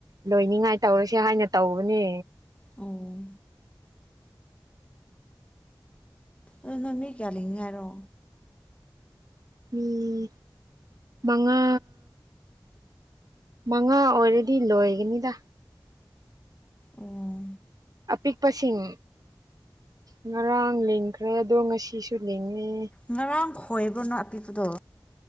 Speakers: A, on the right; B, on the left.
A: ꯂꯣꯏꯅꯤꯉꯥꯏ ꯇꯧꯔꯁꯦ ꯍꯥꯏꯅ ꯇꯧꯕꯅꯦ
B: ꯑꯣ ꯑꯗꯨ ꯅꯃꯤ ꯀꯜꯂꯤꯉꯔꯣ
A: ꯎꯝ ꯃꯉꯥ ꯃꯉꯥ ꯑꯣꯏꯔꯗꯤ ꯂꯣꯏꯒꯅꯤꯗ
B: ꯑꯣ
A: ꯑꯄꯤꯛꯄꯁꯤꯡ ꯉꯔꯥꯡ ꯂꯤꯡꯈ꯭ꯔꯦ ꯑꯗꯣ ꯉꯁꯤꯁꯨ ꯂꯤꯡꯉꯦ
B: ꯉꯔꯥꯡ ꯈꯣꯏꯕ꯭ꯔꯅꯣ ꯑꯄꯤꯕꯗꯣ